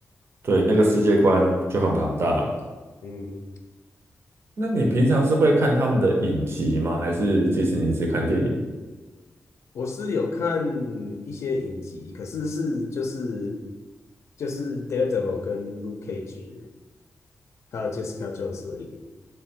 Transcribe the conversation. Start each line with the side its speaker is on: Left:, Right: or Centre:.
Right: 对，那个世界观就很庞大了。
Left: 嗯，
Right: 那你平常是会看他们的影集吗？还是迪士尼只看电影？
Left: 我是有看一些影集，可是是就是就是 Daredevil 跟 Luke Cage 还有 Jessica Jones 而已